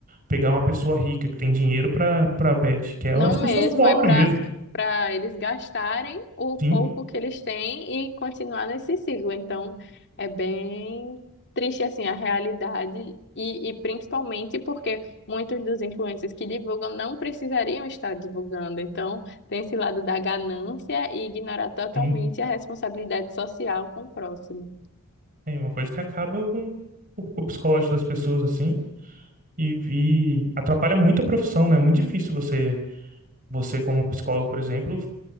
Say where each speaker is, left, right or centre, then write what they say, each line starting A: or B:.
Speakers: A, on the right; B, on the left.
A: pegar uma pessoa rica que tem dinheiro para para bet, que é
B: Não
A: as pessoas
B: mesmo,
A: pobres
B: é para
A: mesmo.
B: para eles gastarem o
A: Sim,
B: pouco que eles têm e continuar nesse ciclo. Então, é bem triste assim a realidade e, e principalmente porque muitos dos influencers que divulgam não precisariam estar divulgando. Então, tem esse lado da ganância e ignorar totalmente
A: sim.
B: a responsabilidade social com o próximo.
A: É uma coisa que acaba com o com o psicológico das pessoas, assim, e, e atrapalha muito a profissão, né? É muito difícil você, você como psicólogo, por exemplo,